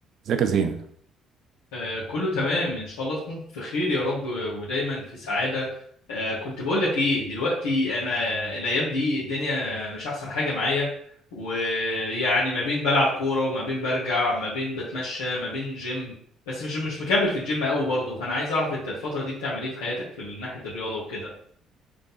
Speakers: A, on the right; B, on the left.
A: ازيك يا زين
B: آه كله تمام ان شاء الله تكون في خير يا رب ودايما في سعاده آه كنت بقول لك ايه دلوقتي انا الايام دي الدنيا مش احسن حاجه معايا ويعني ما بين بلعب كوره وما بين برجع ما بين بتمشى ما بين جيم بس مش مش مكمل في الجيم قوي برضه فانا عايز اعرف انت الفتره دي بتعمل ايه في حياتك في ناحيه الرياضه وكده